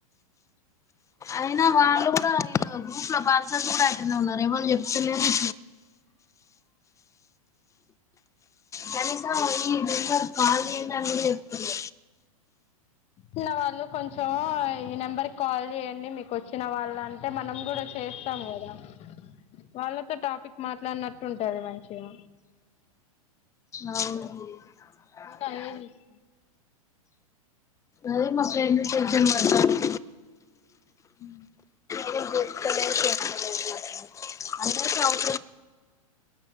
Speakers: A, on the left (about 15°); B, on the left (about 35°).
A: అయినా వాళ్ళు కూడా గ్రూప్ లో పర్సన్స్ కూడా అట్లానే ఉన్నారు ఎవరు చెప్తాలేరు కనీసం ఈ నంబర్ కి కాల్ చేయండి అని కూడా చెప్పలేరు
B: ఉన్న వాళ్లు కొంచెం ఈ నంబర్ కి కాల్ చేయండి మీకు వచ్చిన వాళ్ళు అంటే మనం కూడా చేస్తాం కదా వాళ్లక్ టాపిక్ మాట్లాడినట్టు ఉ టది మంచిగా
A: అవును సానియా
B: నేను అదే చూస్
A: అదే మా ఫ్రెండ్ టెన్షన్ పడతాంది
B: ఉ
A: ఎవరు లేప్తలేరు చెత్తలేరు నాకైతే అందరికీ అవ్